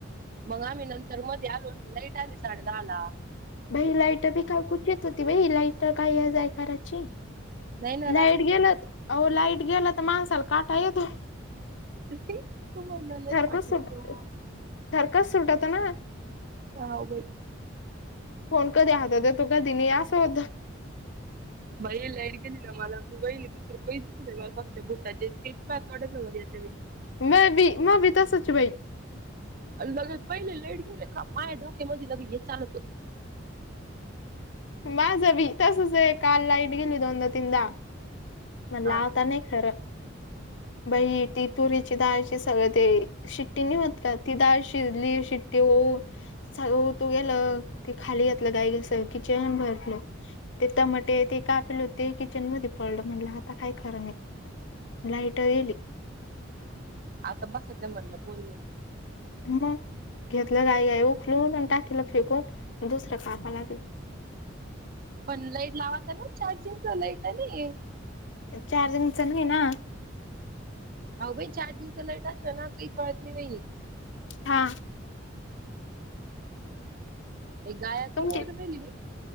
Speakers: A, on the right (about 45°); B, on the left (about 65°).
A: मग आम्ही नंतर मध्ये आलो लाईट आली साडे दहाला.
B: बाई लाईट बी काकूच येत होती बाई लाईट काय आहे जाय करायची.
A: नाही ना
B: लाईट
A: रात्री
B: गेलेतअहो लाईट गेला तर माणसाला काटा येतो.
A: तुम्हाला लाईट
B: सारखं
A: पाठत
B: सुट
A: नाही
B: सारखंच सुटाता ना.
A: हाव बाई.
B: फोन कधी आहेत होते तो कधी नाही असं होतं.
A: बाई लाईट गेली ना मला काही नी दुसरं कोहीचाच नाही मला फक्त भुताचे <unintelligible> थोड्याचं वर येते बाई.
B: म बी म बी तरसच बाई.
A: लगे पहिले लाईट गेले का माय्या डोक्यामध्ये लगे हे चालतो.
B: माझावी तसच आहे काल लाईट गेली दोनदा-तीनदा. म्हण
A: हा
B: लावता नाही खरं. बई ती तुरीची डाळची सगळं ते शिट्टी नि होत का? ती डाळ शिजली शिट्टी होऊ स होऊ तू गेलं ती खाली घातलं गाई घस ते किचेहान भरकलो. ते टमाटे ते कापले होते किचन मध्ये पडलं म्हणला आता काय खरं आहे. लाईटं गेली
A: आता बस ते म्हणलं बोललं.
B: मग घेतलं गई गय उखलून आणि टाकीलं फेकून दुसरं कापा लागलं. <inaudible>
A: पण लाईट लावत आहे ना चार्जिंगच लाईट आहे आणि
B: चार्जिंग च नाही ना.
A: हो भाई चार्जिंगचा लाईट असला ना काही कळत नाही नाहीई.
B: हा.
A: एक गायक
B: तुमची
A: वर्ड मेल म.